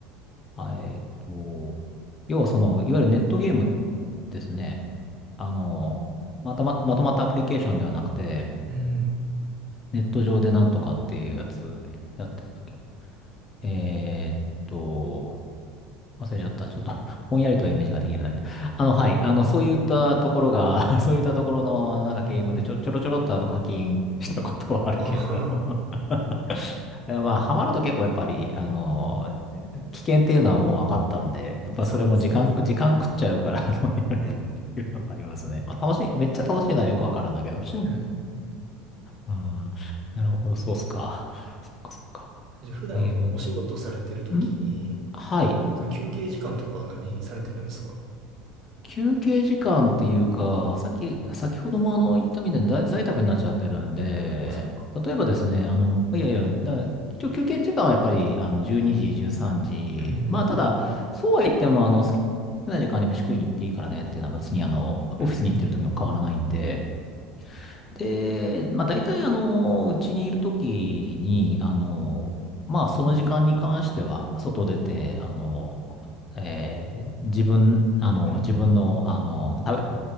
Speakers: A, on the left (about 20°); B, on the right (about 40°).
A: あえっと、要はその、いわゆるネットゲームですね、あの、またま、まとまったアプリケーションではなくて、
B: うんうん。
A: ネット上でなんとかっていうやつやってた時に、えーっと、忘れちゃった。ちょっと <laughs> ぼんやりとイメージができるんだけど。あの、はい。あの、そういったところが <laughs> そういったところの、なんかゲームでちょ、
B: うんうん。
A: ちょろちょろっとあの課金したことはあるけれども
B: ああ、
A: <laughs> えまあ、ハマると結構やっぱり、あの、危険っていうのはもう分かったんで、やっぱそれも時間、
B: えそうですよね。
A: 時間食っちゃうから、<laughs> あの、やめたっていうのはありますね。
B: うん。
A: まあ楽しい、めっちゃ楽しいのはよくわかるんだけど。<laughs>
B: うん。
A: うん。なるほど、そうっすか。そっかそっか。
B: じゃあ普段お仕事されてるときに、
A: ゲーム。んはい。
B: その休憩時間とかは何されてるんですか
A: 休憩時間っていうか、さっき、先ほどもあの、言ったみたいに在在宅になっちゃってるんで、
B: あ、そっか。
A: 例えばですね、あの、いやいや、だ、一応休憩時間はやっぱり、あの、12時、13時。
B: うんうん。
A: まあ、ただ、そうは言っても、あの、好きな時間に飯食いに行っていいからねっていうのは別に、あの、
B: うんうん。
A: オフィスに行ってる時も変わらないんで、で、まあ大体あの、うちにいるときに、あの、まあその時間に関しては、外出て、あの、えー自分、あの、
B: うん。
A: 自分の、あの、食べ、